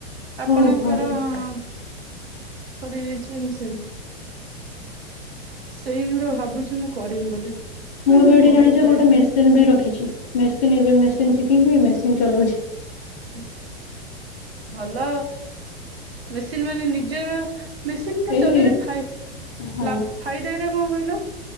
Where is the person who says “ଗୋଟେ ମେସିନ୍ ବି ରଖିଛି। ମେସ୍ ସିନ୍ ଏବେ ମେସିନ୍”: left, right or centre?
Left